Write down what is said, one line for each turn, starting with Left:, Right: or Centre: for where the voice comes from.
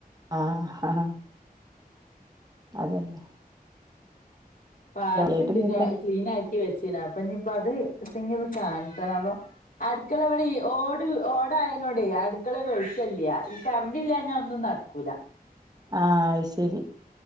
Right: ആ ആ അതല്ല
Left: പാട്സ്
Right: കാര്യായിട്ട്
Left: ഇണ്ട്
Right: മീൻ പറ്റി
Left: ക്ലീൻ ആക്കി വെച്ചന അപ്പൊ ഇനിയിപ്പ അത് എതെങ്കി ഒന്ന് കാണത്ത അപ്പൊ അടുക്കള ഇവിടെ ഈ ഓട് ഓടായനോടെ അടുക്കള വെളിച്ചല്ല കർന്റില്ല ഞാ ഒന്നും നടക്കൂല
Right: ആഹ് അയ് ശരി